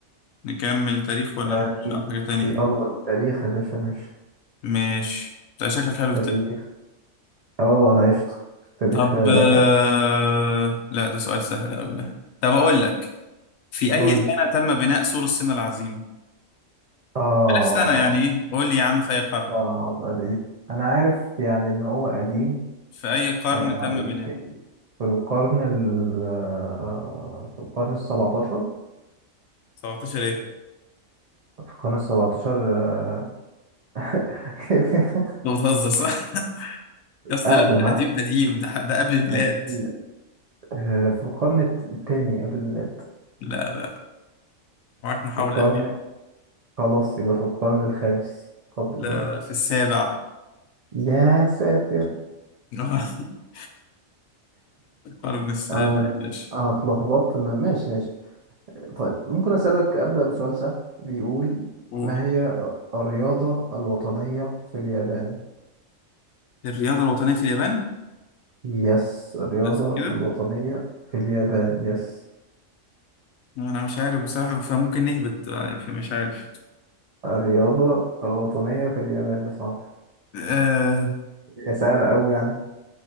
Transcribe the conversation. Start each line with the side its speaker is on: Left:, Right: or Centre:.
Left: نكمل تاريخ ولا
Right: تاريخ
Left: نخش على حاجه تانية
Right: يلا تاريخ يا باشا ماشي
Left: ماشي انت شكلك حلو
Right: تاريخ
Left: في التاريخ
Right: اه انا قشطه في التاريخ
Left: طب
Right: آه،
Left: آه،
Right: حلو
Left: لا ده سؤال سهل قوي ده طب اقول لك في اي
Right: قول
Left: سنه
Right: لي
Left: تم بناء سور الصين العظيم
Right: اه
Left: سنه يعني ايه قول لي يا عم في اي قرن
Right: اه دي انا عارف يعني ان هو قديم
Left: في اي قرن
Right: آه،
Left: تم
Right: يمكن
Left: بناؤه
Right: في القرن ال آه، في القرن السبعتاشر
Left: 17 ايه
Right: في القرن السبعتاشر آه، <laughs>
Left: انت بتهزر صح <laughs> يا اسطى
Right: أقدم
Left: لا ده
Right: ها
Left: قديم قديم ده ده قبل الميلاد
Right: قديم آه، في القرن الت- التاني قبل الميلاد
Left: لا لا معاك محاولة
Right: في القرن
Left: أخيرة
Right: خلاص يبقى في القرن الخامس قبل
Left: لا
Right: الميلاد
Left: لا في السابع
Right: يا ساتر
Left: <laughs> القرن السابع
Right: أنا
Left: يا باشا
Right: أنا اتلخبطت ما- ماشي ماشي طيب ممكن أسألك أبدأ بسؤال سهل بيقول
Left: قول
Right: ما هي الرياضة الوطنية في اليابان؟
Left: الرياضة الوطنية في اليابان
Right: يس الرياضة
Left: بس كده
Right: الوطنية في اليابان يس
Left: أنا مش عارف بصراحة فممكن نهبط بقى، فمش عارف
Right: الرياضة الوطنية في اليابان يا صاحبي
Left: أه
Right: هي سهلة أوي يعني